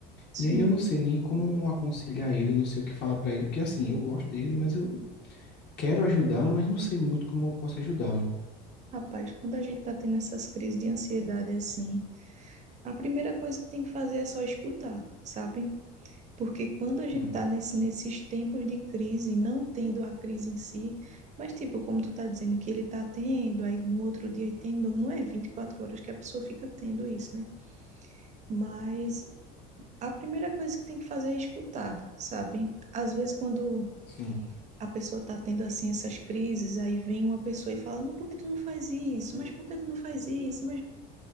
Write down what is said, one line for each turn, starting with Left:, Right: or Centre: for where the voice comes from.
Right: sim.
Left: E aí eu não sei nem como aconselhar ele, eu não sei o que falar pra ele, porque assim, eu gosto dele, mas eu quero ajudá-lo, mas não sei muito como eu posso ajudá-lo.
Right: Rapaz, quando a gente tá tendo essas crises de ansiedade assim, a primeira coisa que tem que fazer é só escutar, sabe? Porque quando a gente
Left: Hum,
Right: tá nesse, nesses tempos de crise, não tendo a crise em si, mas tipo, como tu tá dizendo que ele tá tendo, aí no outro dia ele tem de novo, não é 24 horas que a pessoa fica tendo isso, né? Mas a primeira coisa que tem que fazer é escutar, sabe? Às vezes quando
Left: Sim.
Right: a pessoa tá tendo assim essas crises, aí vem uma pessoa e fala: "Não, por que tu não faz isso? Mas por que tu não faz isso? Mas